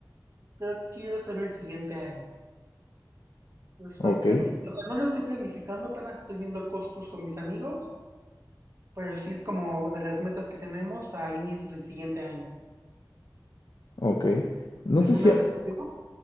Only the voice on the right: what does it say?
creo que quiero hacer el siguiente año. Lo estoy
planificando, o sea, no lo estoy planificando, apenas estoy viendo costos con mis amigos, pero sí es como de las metas que tenemos a inicios del siguiente año.
¿Alguna
vez has ido?